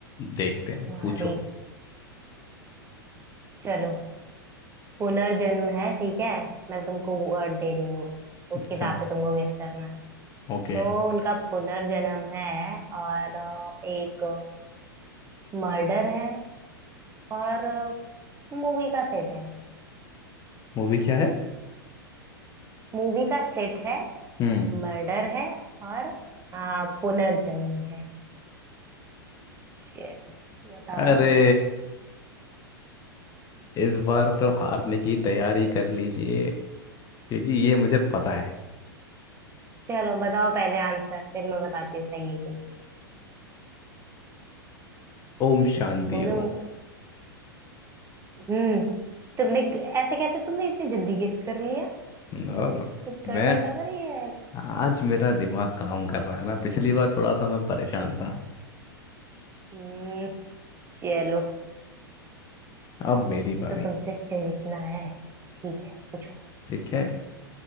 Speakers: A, on the left (about 30°); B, on the right (about 20°).
A: देखते हैं
B: तुम्हारी
A: पूछो
B: चलो पुनर्जन्म है ठीक है मैं तुमको वर्ड दे रही हूँ
A: अच्छा
B: उसके हिसाब से तुमको गेस करना है
A: ओके
B: तो उनका पुनर्जन्म है और अ, एक मर्डर है और मूवी का सेट है
A: मूवी क्या है
B: मूवी का सेट है
A: हम्म
B: मर्डर है और अ, पुनर्जन्म है चलो बताओ
A: अरे
B: अभी
A: इस बार तो हारने की तैयारी कर लीजिए क्योंकि ये मुझे पता है
B: चलो बताओ पहले आंसर फिर मैं बताती हूँ सही है कि नहीं।
A: ओम शांति
B: बोलो बोलो हम्म तुमने ऐसे कैसे तुमने इतनी जल्दी गेस कर लिया
A: ओम और
B: कुछ गड़बड़
A: मैं
B: लग रही है
A: आज मेरा दिमाग काम कर रहा है ना पिछली बार थोड़ा सा मैं परेशान था
B: हम्म चलो
A: अब मेरी बारी
B: तो तुमसे जीतना है ठीक है पूछो
A: ठीक है